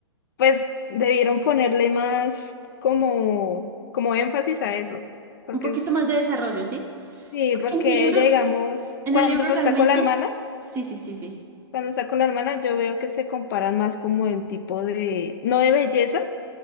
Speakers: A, on the left; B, on the right.
A: pues debieron ponerle más como, como énfasis a eso, porque
B: Un poquito
A: es-
B: más de desarrollo, ¿sí?
A: sí,
B: Porque
A: porque
B: en el libro,
A: ella digamos,
B: en
A: cuando
B: el libro realmente,
A: está con la hermana,
B: sí, sí, sí, sí.
A: cuando está con la hermana yo veo que se comparan más como en tipo de, no de belleza,